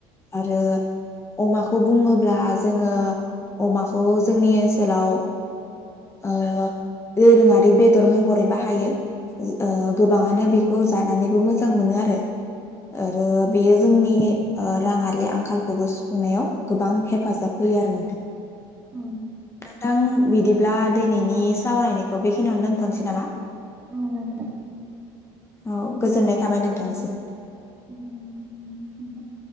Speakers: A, on the left; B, on the right.
A: आरो अमाखौ बुङोब्ला जोङो अमाखौ जोंनि ओनसोलाव ओ दोरोङारि बेदर महरै बाहायो ओ गोबाङानो बेखौ जानानैबो मोजां मोनो आरो आरो बेयो जोंनि ओ राङारि आंखालखौबो सुफुंनायाव गोबां हेफाजाब होयो आरो नोंथां ।
B: औ।
A: नोंथां बिदिब्ला दिनैनि सावरायनायखौ बेखिनियावनो दोनथनोसै नामा ।
B: आथ <unintelligible>
A: औ गोजोननाय थाबाय नोंथांसिम।
B: बिा <unintelligible>